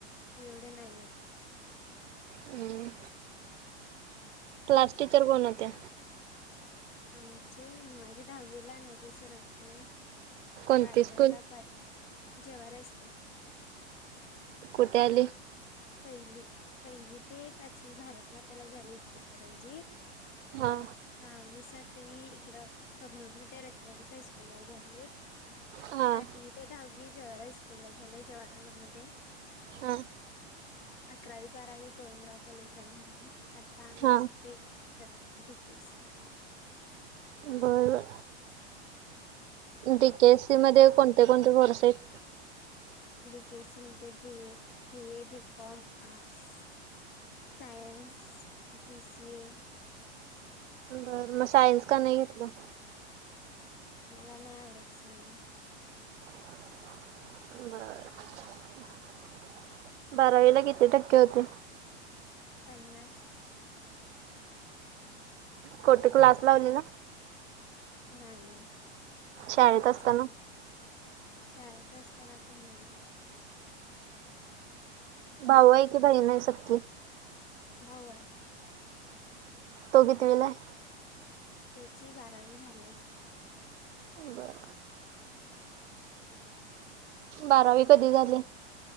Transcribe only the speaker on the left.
एवढे नाही आहेत.
आमचे माझे दहावीला नेजे सर होते.
बारवीला
पाट जेवार आहे स्कूल.
पहिली पहिली ते पाचवी भारत मताला झालेचस करणजीत.
अ सहावी-सातवी इकडं कमनूर मध्ये रत्नादि पै स्कूलला जात. लई
आठवी ते दहावी जेवारय स्कूलला झालंय <unintelligible> म्हणते.
अकरावी, बारावी गोविंदराव कॉलेज ला झालेली आता आम्ही
शिकते द डी केे सी ला.
बी के सी एम ते B F B A B com, arts science, T C A
मला नाय आवडत सायन्स.
पन्नास
नाही
घरीच
होते. शाळेत असताना चन नाही.
भाऊ आहे.
त्याची बारावी झाले.